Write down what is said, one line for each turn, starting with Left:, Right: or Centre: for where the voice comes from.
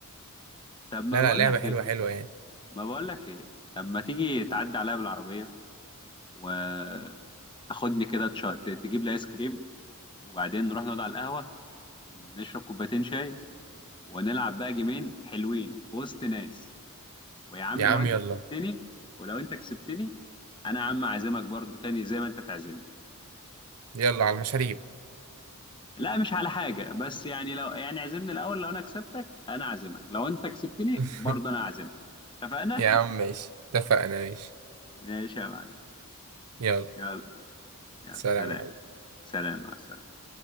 Left: طب ما
Right: لا
Left: بقول
Right: لا لعبة
Left: لك
Right: حلوة
Left: ايه
Right: حلوة يعني
Left: ما بقول لك ايه طب ما تيجي تعدي عليا بالعربيه وتاخدني كده تش... ت- تجيب لي ايس كريم وبعدين نروح نقعد على القهوه نشرب كوبايتين شاي ونلعب بقى جيمين حلوين في وسط ناس ويا عم
Right: يا عم
Left: لو انت
Right: يلا
Left: كسبتني ولو انت كسبتني انا يا عم اعزمك برضو تاني زي ما انت تعزمني
Right: يلا على المشاريب
Left: لا مش على حاجة بس يعني لو يعني عزمني الاول لو انا كسبتك انا اعزمك لو انت كسبتني
Right: <laughs>
Left: برضو انا اعزمك اتفقنا
Right: يا عم ماشي اتفقنا ماشي
Left: <laughs> ماشي يا معلم
Right: يلا
Left: يلا يلا
Right: سلام
Left: سلام
Right: يا حبيبي.
Left: سلام مع السلامة